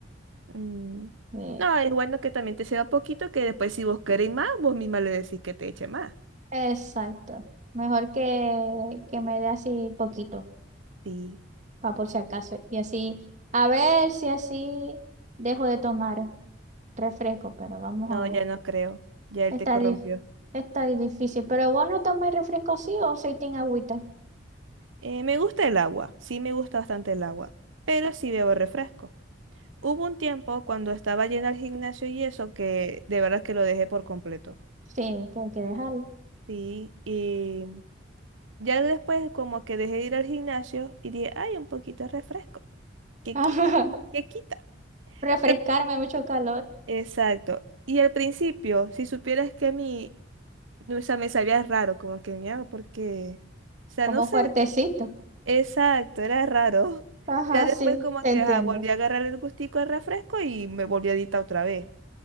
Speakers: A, on the right; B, on the right.
A: Mm.
B: Eh,
A: No, es bueno que también te ceda poquito, que después si vos queréis más, vos misma le decís que te eche más.
B: exacto. Mejor que, que me dé así poquito,
A: Sí.
B: para por si acaso. Y así, a ver si así dejo de tomar refresco, pero vamos
A: No,
B: a ver.
A: ya no creo. Ya él
B: Está,
A: te corrompió.
B: dif- está difícil, pero vos no tomáis refresco así o soy tin agüita.
A: Eh, me gusta el agua. Sí, me gusta bastante el agua. Pero sí bebo refresco. Hubo un tiempo cuando estaba llena al gimnasio y eso que de verdad que lo dejé por completo.
B: Sí, que hay que dejarlo.
A: Sí, y ya después como que dejé de ir al gimnasio y dije, ay, un poquito de refresco. ¿Qué
B: <laughs>
A: quita? ¿Qué quita?
B: Refrescarme,
A: ¿Qué-".
B: mucho calor,
A: Exacto. Y al principio, si supieras que a mí, no, o sea, me sabía raro, como que me hago porque, o sea,
B: como
A: no sé,
B: fuertecito.
A: exacto, era raro. <laughs>
B: Ajá,
A: Ya después
B: sí,
A: como
B: te
A: que
B: entiendo.
A: ajá, volví a agarrar el gustico al refresco y me volví adicta otra vez.